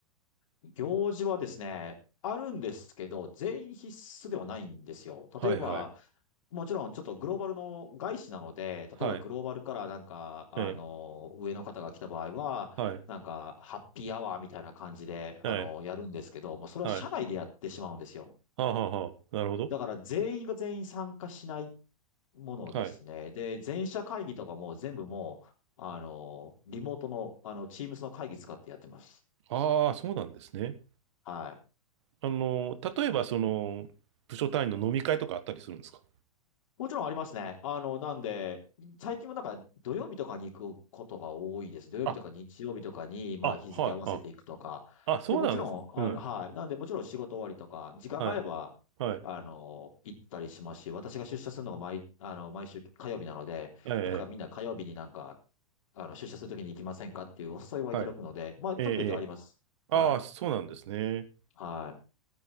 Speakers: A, on the left; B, on the right.
A: 行事はですね、あるんですけど、全員必須ではないんですよ。
B: はいはい。
A: 例えば、もちろんちょっとグローバルの外資なので、
B: はい。
A: 例えばグローバルからなんか、あの、
B: ええ。
A: 上の方が来た場合は、
B: はい。
A: なんか、ハッピーアワーみたいな感じで、あの、
B: ええ。
A: やるんですけど、もうそれは社内でやってしまうんですよ。
B: はい。はあ、はあはあ、なるほど。
A: だから全員が全員参加しないものですね。
B: はい。
A: で、全社会議とかも全部もう、あの、リモートの、あの、Teams の会議使ってやってます。
B: ああ、そうなんですね。
A: はい。
B: あの、例えばその、部署単位の飲み会とかあったりするんですか
A: もちろんありますね。あの、なんで、最近もなんか土曜日とかに行くことが多いです。土曜日とか日曜日とかに、
B: あ、
A: まあ日付合わせていくとか。
B: あ、はいはい。あ、そうなんですね。
A: で、もちろん、あの、
B: うん。
A: はい。なんで、もちろん仕事終わりとか、時間があれば、
B: はい。はい。
A: あの、行ったりしますし、私が出社するのが毎、あの、毎週火曜日なので、
B: ええ、え
A: なんかみんな火曜日になんか、あの、出社するときに行きませんかっていうお誘いはいただくので、
B: えはい。
A: まあ、時々あります。
B: ええ、ええ。ああ、
A: はい。
B: そうなんですね。
A: はい。